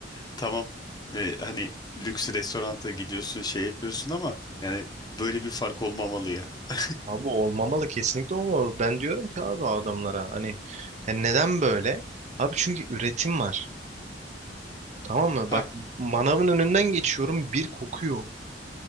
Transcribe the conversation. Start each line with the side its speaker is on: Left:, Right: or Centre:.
Left: tamam e, hani lüks restoranta gidiyorsun şey yapıyorsun ama yani böyle bir fark olmamalı ya. <laughs>
Right: Abi olmamalı kesinlikle olmamalı. Ben diyorum ki abi adamlara hani yani neden böyle? Abi çünkü üretim var. Tamam mı?
Left: Hah,
Right: Bak manavın önünden geçiyorum bir kokuyor.